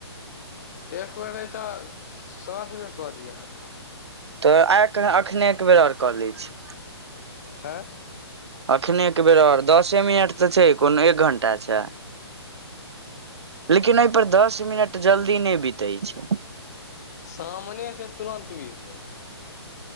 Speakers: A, on the left; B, on the right.
A: एक बेर नहि तऽ साँझ में कऽ दि हन
B: तऽ आइ अखने एकबर ओर कऽ लै छी
A: आँ
B: अखने एक बेर ओर दसे मिनट तऽ छै कोनो एक घंटा छै लेकिन एहिपर दस मिनट जल्दी नहि बितै छै
A: सामने छै तुरन्त बीत जाइ छै